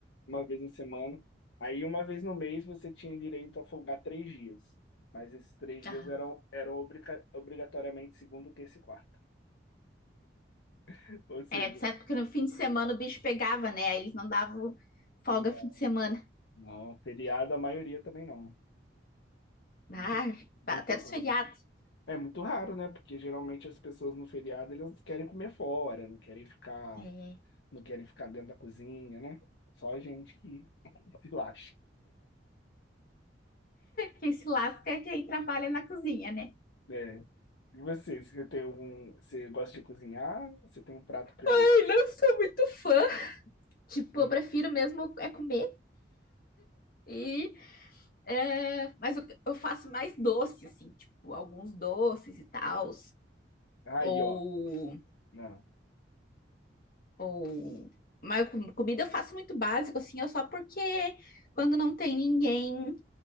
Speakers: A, on the left (about 80°); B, on the left (about 50°).
A: uma vez na semana. Aí, uma vez no mês, você tinha direito a folgar três dias. Mas esses três dias
B: aham.
A: eram, eram obriga- obrigatoriamente segunda, terça e quarta. <laughs> Ou seja,
B: É, certo, porque no fim de semana o bicho pegava, né? Aí eles não davam folga
A: não.
B: fim de semana.
A: Não, feriado a maioria também não. Muito,
B: Ah,
A: muito
B: até
A: raro.
B: nos feriados.
A: É muito raro, né? Porque geralmente as pessoas no feriado eles querem comer fora, não querem ficar,
B: É.
A: não querem ficar dentro da cozinha, né? Só a gente que <laughs> se lasca.
B: Quem se lasca é quem trabalha na cozinha, né?
A: É. E você, você tem algum, você gosta de cozinhar? Você tem um prato preferido?
B: Eu não sou muito fã. Tipo,
A: Hum,
B: eu prefiro mesmo é comer. E, é, mas eu, eu faço mais doce, assim, tipo, alguns doces e tal.
A: Aí,
B: Ou,
A: ó. Não,
B: ou. Mas com- comida eu faço muito básico, assim, é só porque quando não tem ninguém